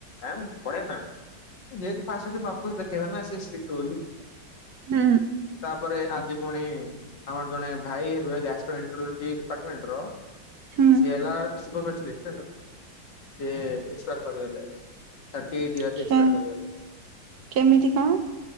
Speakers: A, on the left; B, on the right.
A: ଆମ୍ ପରିଆମ୍ୟାମ୍। ଯେହେତୁ ଫାଷ୍ଟ ଆସେ <unintelligible> ସେ ଷ୍ଟ୍ରିଟ୍ ବୋଲି।
B: ହୁଁ।
A: ତାପରେ ଆଜି ପୁଣି ଆମର ଜଣେ ଭାଇ ହେବେ ଗ୍ୟାସ ଏଣ୍ଟୋଫିଉ ଦିଏ ଡିପାର୍ଟମେଣ୍ଟ ର।
B: ହୁଁ
A: ସି ହେଲା ସୁଗ ପେଶାଲିଷ୍ଟ ସେଇ ଏକ୍ସପାର କରିଗଲେ। ଥାର୍ଟି ଏଇଟ୍ ଇଅର
B: ହୁଁ।
A: ରେ ଏକ୍ସପାର କରିଗଲେ।
B: କେମିତି କଣ